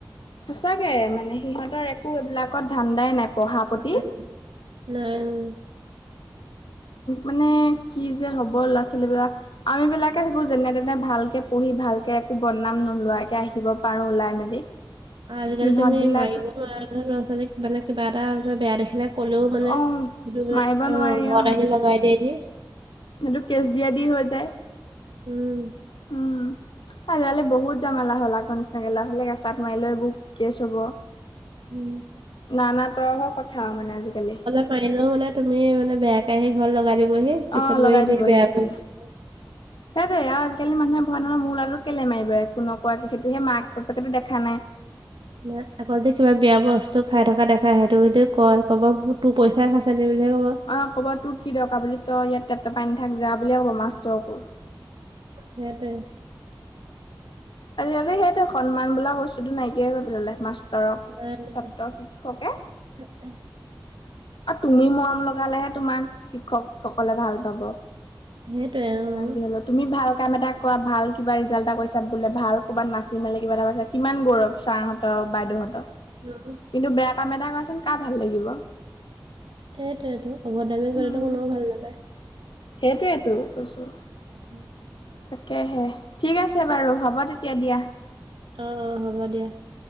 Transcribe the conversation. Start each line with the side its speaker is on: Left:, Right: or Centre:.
Left: সঁচাকে মানে সিহঁতৰ একো এইবিলাকত ধান্দাই নাই। পঢ়া প্ৰতি
Right: নাই নাই অ'।
Left: মানে কি যে হ'ব ল'ৰা ছোৱালীবিলাক। আৰু এইবিলাকে ভাবোঁ যেনে তেনে ভালকে পঢ়ি ভালকে একো বনাম নোলোৱাকে আহিব পাৰো ওলাই মেলি
Right: আজিকালি
Left: সিহঁত
Right: তুমি
Left: বিলাকৰ
Right: মাৰিব বেলেগ ল'ৰা-ছোৱালীক মানে কিবা এটা বেয়া দেখিলে কলেও
Left: অ'
Right: মানে দুয়োক
Left: মাৰিব
Right: অহ,
Left: নোৱাৰি
Right: ঘৰত
Left: অ'
Right: আহি লগাই দিয়েহি।
Left: সেইটো কেচ দিয়া দি হৈ যায়।
Right: উম।
Left: উম। আজিকালি বহুত জামালা হ'ল আগৰ নিচিনাকে লৰা-ছোৱালীক এচাত মাৰিলে বহু কেছ হ'ব।
Right: উম
Left: নানা তৰহৰ কথা মানে আজিকালি।
Right: মাৰিলেও মানে তুমি মানে বেয়াকে আহি ঘৰত লগাই দিবহি, পিছত
Left: অ' লগাই
Right: গৈ এনেই
Left: দিবহি
Right: বেয়া
Left: সেইটোৱে।
Right: পৰি গৈ
Left: সেইটোৱে আৰু আজিকালি মানুহে কয় নহয় মোৰ ল'ৰাটোক কেলে মাৰিলে, একো নকৰাকে সেইটোহে মাক-বাপকেটো দেখা নাই।
Right: ন' আকৌ যদি কিবা বেয়া বস্তু খাই থকা দেখা সেইটো যদি কয় ক'ব, মোৰ তোৰ পইচাই খাইছে নে বুলিহে ক'ব।
Left: অহ, ক'ব তোৰ কি দৰকাৰ বুলি তই ইয়াত টেপ-টেপাই নাথাক যা বুলিয়ে ক'ব মাষ্টৰকো।
Right: সেইটোৱে।
Left: আজিকালি সেইটো সন্মান বোলা বস্তুতটো নাইকিয়াই কৰি পেলালে মাষ্ট ধৰক
Right: নাই নাই
Left: ছাত্ৰ শিক্ষকে।
Right: <unintelligible>
Left: আৰু তুমি মৰম লগালেহে তোমাৰ শিক্ষকসকলে ভাল পাব,
Right: সেইটোৱে অ'।
Left: যিমান যি হ'লেও। তুমি ভাল কাম এটা কৰা, ভাল কিবা ৰিজাল্ট এটা কৰিছা বোলে, ভাল ক'ৰবাত নাচি মেলি কিবা এটা পাইছা। কিমান গৌৰৱ ছাৰহঁতক বাইদেউহঁতক।
Right: উম', উম'।
Left: কিন্তু বেয়া কাম এটা কৰাচোন কাৰ ভাল লাগিব।
Right: এইটোয়টো অভদ্ৰদামি
Left: উম
Right: কৰিলেতো কোননেও ভাল নাপায়।
Left: সেইটোৱেতো কৈছো।
Right: উম।
Left: তাকেহে। ঠিক আছে বাৰু হ'ব তেতিয়া দিয়া।
Right: অহ', অহ' হ'ব দিয়া।